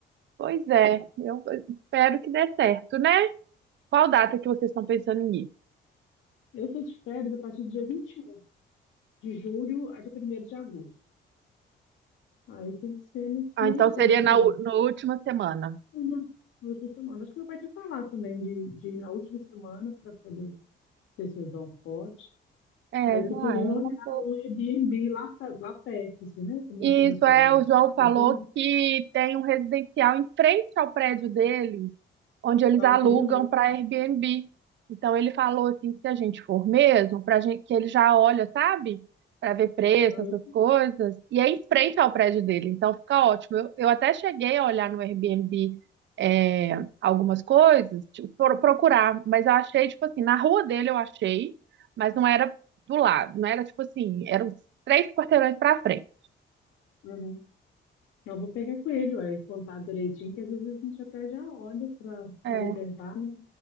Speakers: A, on the right (about 65°); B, on the left (about 85°).
A: Pois é. Eu espero que dê certo, né? Qual data que vocês estão pensando em ir?
B: Eu estou de férias a partir do dia 21 de julho a dia primeiro de agosto. Aí tem que ser nesse
A: Ah,
B: meio
A: então
B: tempo
A: seria na,
B: aí.
A: u- na última semana.
B: Uma, duas por semana. Acho que meu pai tinha falado também de, de ir na última semana para poder, não sei se o João pode.
A: É,
B: Aí eu tô
A: uai,
B: querendo
A: é
B: olhar
A: uma boa.
B: um Airbnb lá, pra- lá perto, assim, né? Para não
A: Isso
B: tumultuar
A: é,
B: muito
A: o João
B: a casa
A: falou
B: do João.
A: que tem um residencial em frente ao prédio dele. onde eles
B: Ah,
A: alugam
B: eu queria ler.
A: para Airbnb. Então ele falou assim, se a gente for mesmo, para gente que ele já olha, sabe? Para ver preço,
B: Aí
A: essas coisas. E é em frente ao prédio dele, então fica ótimo. Eu, eu até cheguei a olhar no Airbnb é, algumas coisas, tipo, pro- procurar, mas eu achei, tipo assim, na rua dele eu achei, mas não era do lado, não era tipo assim, eram três quarteirões para frente.
B: eu, Não, vou pegar com ele, ué, contar direitinho, que às vezes a gente até já olha para
A: É,
B: para reservar, né?